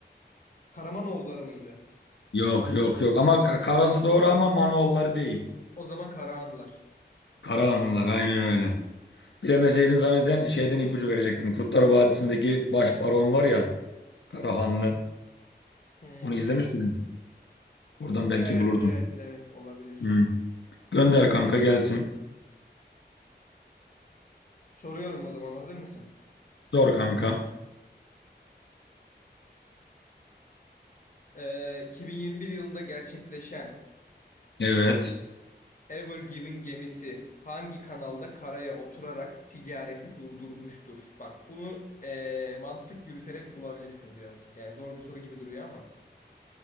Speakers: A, on the left (about 45°); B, on the left (about 85°).
A: Karamanoğulları mıydı?
B: Yok yok yok. Ama Ka- Karası doğru ama Manoğulları değil.
A: O zaman Karahanlılar.
B: Karahanlılar aynen öyle. Bilemeseydin zanneden şeyden ipucu verecektim. Kurtlar Vadisi'ndeki baş baron var ya. Karahanlı.
A: Hmm.
B: Onu izlemiş miydin? Oradan belki
A: Evet,
B: bulurdum.
A: evet, evet olabilir.
B: Hı. Gönder kanka gelsin.
A: Soruyorum o zaman hazır mısın?
B: Sor kanka.
A: Ee, 2021 yılında gerçekleşen
B: Evet.
A: Ever Given gemisi hangi kanalda karaya oturarak ticareti durdurmuştur? Bak bunu ee, mantık yürüterek bulabilirsin birazcık. Yani zor bir soru gibi duruyor ama.